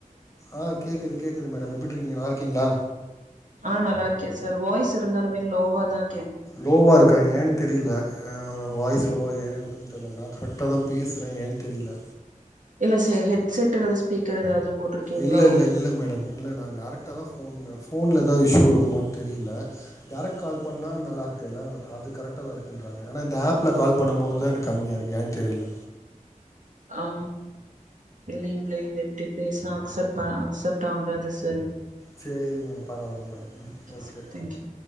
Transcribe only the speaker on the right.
ஆ நல்லா இருக்கே சார் வாய்ஸ் இருந்தாலுமே லோவா தா இருக்
இல்ல சார் ஹெட்செட் அல்லது ஸ்பீக்கர் ஏதாவது போட்டிருக்கீங்களோ
ஆ இல்லீங்களே இது எப்டி பேசுனா அக்சப்ட். அ அக்சப்ட் ஆகது சார்
சார் தேங்க்யூ